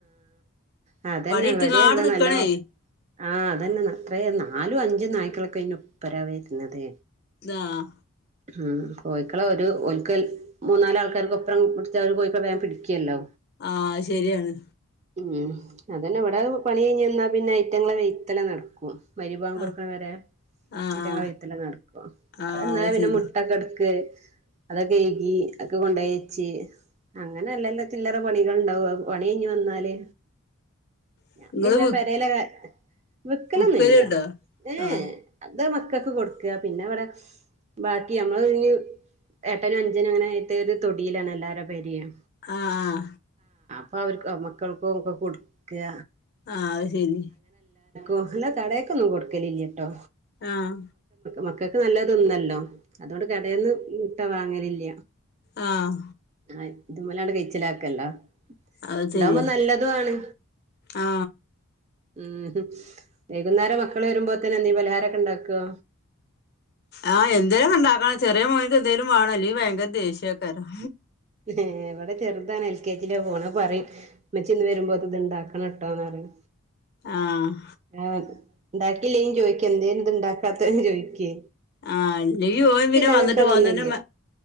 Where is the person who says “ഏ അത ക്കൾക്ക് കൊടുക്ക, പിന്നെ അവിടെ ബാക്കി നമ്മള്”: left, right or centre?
Right